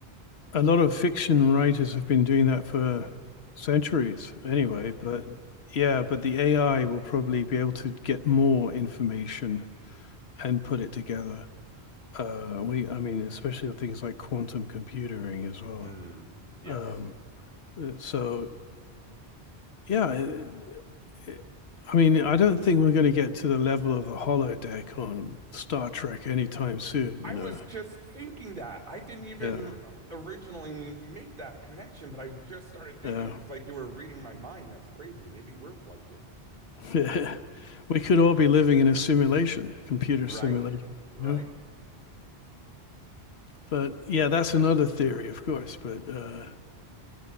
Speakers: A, on the left; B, on the right.
A: a lot of fiction writers have been doing that for centuries anyway, but yeah, but the AI will probably be able to get more information and put it together. Uh, we, I mean, especially things like quantum computing as well.
B: Mm, yes.
A: Um, so yeah, it, it, I mean, I don't think we're going to get to the level of the holodeck on Star Trek anytime soon. You
B: I
A: know,
B: was just thinking that. I didn't even
A: yeah,
B: originally make that connection, but I just started thinking,
A: yeah,
B: and it's like you were reading my mind. That's crazy. Maybe we're plugged in,
A: yeah. <laughs> we could all be living in a simulation, computer
B: right?
A: simulation.
B: Right?
A: You know, but yeah, that's another theory, of course. But uh,